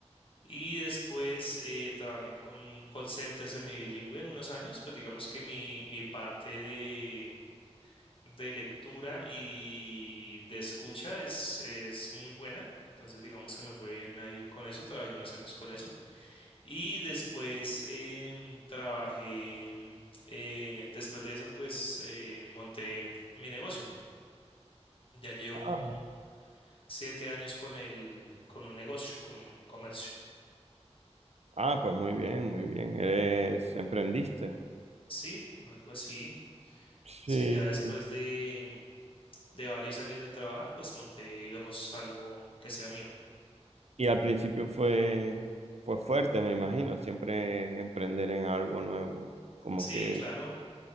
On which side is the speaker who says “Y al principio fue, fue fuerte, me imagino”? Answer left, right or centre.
Right